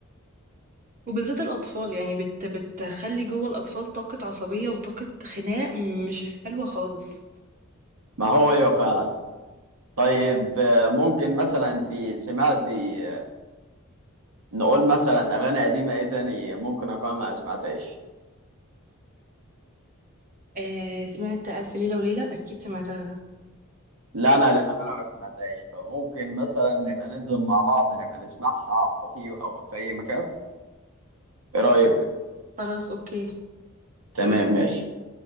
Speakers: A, on the right (about 40°); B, on the right (about 80°).
A: وبالذات الأطفال يعني بت بتخلي جوه الأطفال طاقة عصبية وطاقة خناق مش حلوة خالص
B: ما هو هي فعلا طيب آه، ممكن مثلا انت سمعتي آه، نقول مثلا اغاني قديمه ايه تاني ممكن اكون ما سمعتهاش
A: آه سمعت ألف ليلة وليلة أكيد سمعتها
B: لا انا للامانه ما سمعتهاش فممكن مثلا نبقى ننزل مع بعض نبقى نسمعها في كافيه او في اي مكان ايه رايك
A: خلاص أوكي
B: تمام
A: تمام
B: ماشي